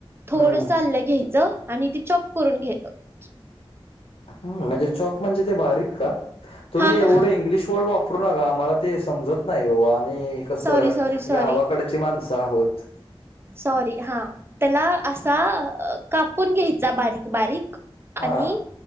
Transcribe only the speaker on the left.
हं,
ह म्हणजे चॉप म्हणजे ते बारीक का? तुम्ही
एवढं इंग्लिश वर्ड वापर कुणाला आम्हाला ते समजत नाही हो आम्ही कसं
गावाकडची माणसं आहोत.
हां.